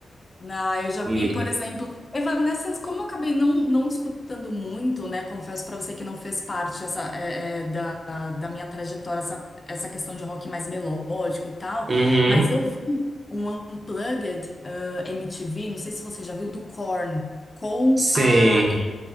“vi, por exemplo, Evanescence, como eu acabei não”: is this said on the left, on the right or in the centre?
Left